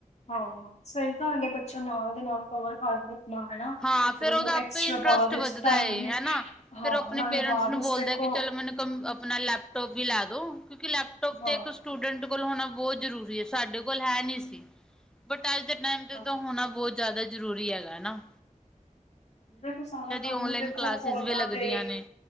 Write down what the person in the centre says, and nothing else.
ਹਾਂ
ਉਹਦਾ
ਆਪੇ ਇੰਟਰਸਟ
ਵੱਧਦਾ
ਏ
ਹਨਾ।
ਫੇਰ ਉਹ ਆਪਣੇ
ਪੇਰੈਂਟਸ
ਨੂੰ
ਬੋਲਦਾ
ਕਿ ਚਲੋ ਮੈਨੂੰ ਕੰਮ ਆਪਣਾ ਲੈਪਟੋਪ ਵੀ ਲੈ ਦੋ ਕਿਉਂਕਿ ਲੈਪਟੋਪ
ਤੇ ਇੱਕ ਸਟੂਡ ਡੇੰਟ ਕੋਲ ਹੋਣਾ ਬੋਹਤ ਜ਼ਰੂਰੀ ਐ ਸਾਡੇ ਕੋਲ ਹੈ ਨੀਂ ਸੀ। ਬਟ ਅੱਜ ਦੇ ਟਾਈਮ ਤੇ
ਤਾਂ ਹੋਣਾ ਬੋਤ ਜ਼ਿਆਦਾ ਜ਼ਰੂਰੀ ਹੈਗਾ ਹਨਾਂ।
ਔਨਲਾਈਨ
ਕਲਾਸਿਸ
ਵੀ ਲੱਗਦੀਆਂ
ਨੇ।